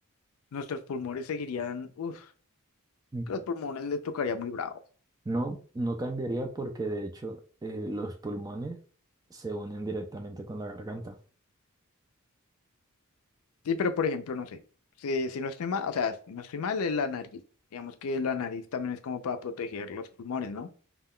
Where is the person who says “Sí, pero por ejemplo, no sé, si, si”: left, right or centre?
Left